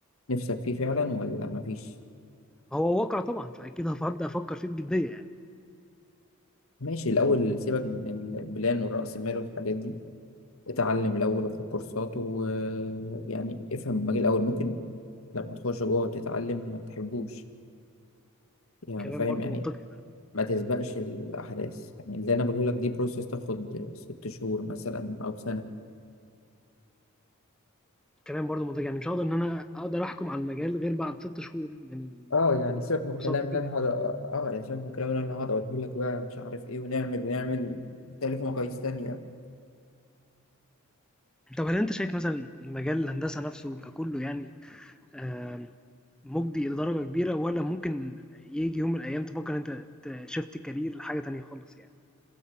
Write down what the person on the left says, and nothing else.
نفسك فيه فعلا ولا مفيش
ماشي الأول سيبك من البلان والرأس المال والحاجات دي اتعلم الأول وخد كورسات ويعني افهم المجال الأول ممكن لما تخش جوه تتعلم ما تحبوش يعني
فاهم
يعني
ما تسبقش الأحداث يعني اللي أنا بقوله لك دي بروسيس تاخد ست شهور مثلا أو سنة
اه يعني سيبك
من الكلام
اللي انا
هقعد اه آه، يعني شايف الكلام اللي أنا هقعد أقوله لك بقى مش عارف إيه ونعمل ونعمل تالف مقاييس تانية